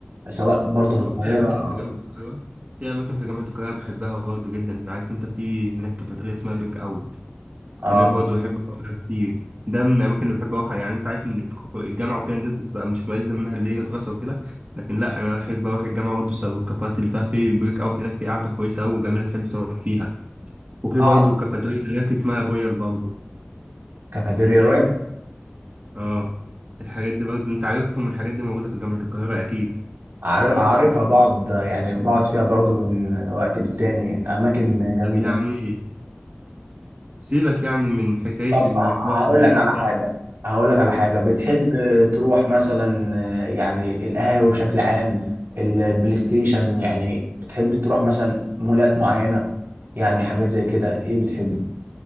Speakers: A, on the right; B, on the right.
A: سواء برضو في
B: أه
A: القاهرة
B: في أماكن
A: أو
B: في جامعة القاهرة في أماكن في جامعة القاهرة بحبها برضه جدا عارف أنت في هناك كافيتيريا اسمها بيك أوت
A: آه،
B: هناك برضه بحب أروح كتير ده من الأماكن اللي بحب أروحها يعني أنت عارف إن الك- الجامعة وكده الناس بتبقى مش ملزم منها اللي هي دراسة وكده لكن لا أنا بحب أروح الجامعة برضه بسبب الكافيهات اللي فيها في بريك أوت هناك في قعدة كويسة أوي وجميلة تحب تقعد فيها وفي
A: أعرف
B: برضه كافيتيريا هناك اسمها رويال برضه
A: كافيتيريا
B: فاهم؟ آه الحاجات دي برضه أنت عارفهم الحاجات دي موجودة في جامعة القاهرة أكيد
A: عار- عارفها بعض يعني بقعد فيها برضو من وقت للتاني أماكن جميلة
B: طب يعني سيبك يعني من حكاية
A: طب
B: إن
A: ه-
B: في مصر
A: هقول لك
B: هنا
A: على
B: أنت
A: حاجة هقول لك على حاجة بتحب تروح مثلا يعني القهاوي بشكل عام البلاي ستيشن يعني بتحب تروح مثلا مولات معينة يعني حاجات زي كده إيه بتحبه؟